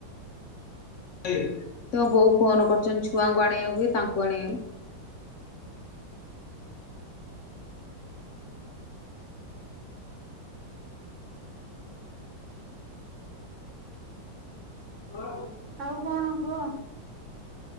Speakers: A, on the left; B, on the right.
A: ତାଙ୍କ ବୋଉ ଫୋନ୍ କରୁଛନ୍ତି ଛୁଆଙ୍କୁ ଆଣିବାକୁ କି ତାଙ୍କୁ ଆଣିବାକୁ। ଆଉ
B: ଆଉ କଣ କୁହ?